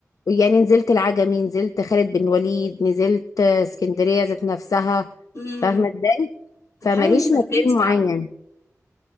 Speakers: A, on the left (about 80°); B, on the left (about 60°).
A: يعني نزلت العجمي نزلت خالد بن وليد نزلت اسكندرية ذات نفسها
B: امم
A: فاهمة ازاي
B: طب
A: فماليش
B: حلو انت لفيتي
A: مكان
B: بقى
A: معين